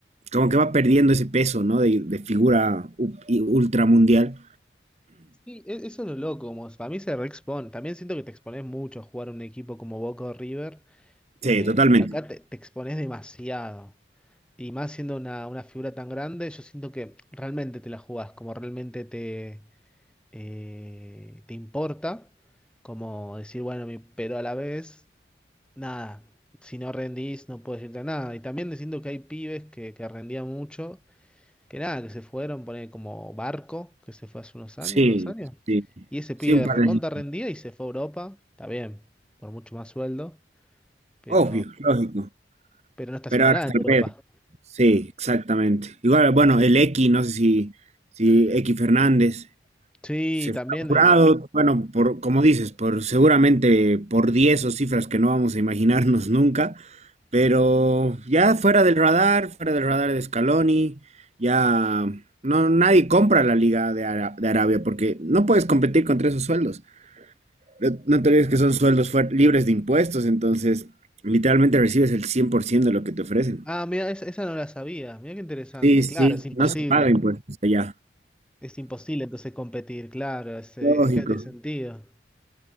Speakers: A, on the right; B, in the centre.
A: como que va perdiendo ese peso, ¿no? De, de figura u- y ultramundial.
B: Sí, e- eso es lo loco, como para mí se reexpone. También siento que te expones mucho a jugar un equipo como Boca o River.
A: Sí,
B: Eh,
A: totalmente.
B: acá te, te expones demasiado. Y más siendo una, una figura tan grande, yo siento que realmente te la jugás, como realmente te... eh, te importa, como decir, bueno, mi- pero a la vez, nada, si no rendís no puedes irte a nada. Y también diciendo que hay pibes que, que rendían mucho, que nada, que se fueron, poner como Barco, que se fue hace unos años,
A: Sí,
B: dos años,
A: sí.
B: y ese pibe
A: Sí, un par
B: recontra
A: de... años.
B: rendía y se fue a Europa, está bien, por mucho más sueldo, pero,
A: Obvio, lógico.
B: pero no está
A: Pero
B: haciendo
A: ahora
B: nada
A: está
B: en Europa.
A: el pedo. Sí, exactamente. Igual, bueno, el X, no sé si, si X Fernández
B: Sí,
A: se
B: también...
A: fue apurado,
B: eh,
A: bueno, por, como dices, por seguramente por 10 o cifras que no vamos a imaginarnos <laughs> nunca, pero ya fuera del radar, fuera del radar de Scaloni, ya no, nadie compra la liga de, Ara- de Arabia porque no puedes competir contra esos sueldos. No, no te olvides que son sueldos fuer- libres de impuestos, entonces literalmente recibes el 100% de lo que te ofrecen.
B: Ah, mira, esa, esa no la sabía. Mira qué interesante.
A: Sí, sí,
B: Claro, es imposible.
A: no se paga impuestos allá.
B: Es imposible entonces competir, claro, es, eh,
A: Lógico.
B: es que no tiene sentido.